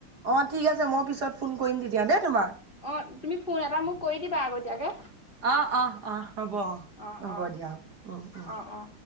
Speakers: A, on the right (about 45°); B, on the left (about 25°).
A: অ', ঠিক আছে মই পিছত ফোন কৰিম তেতিয়া দেই তোমাক।
B: অ', তুমি ফোন এটা মোক কৰি দিবা আগতীয়াকে।
A: অ', অ', অ', হ'ব
B: অ
A: হ'ব
B: অ
A: দিয়া উম, উম,
B: অ অ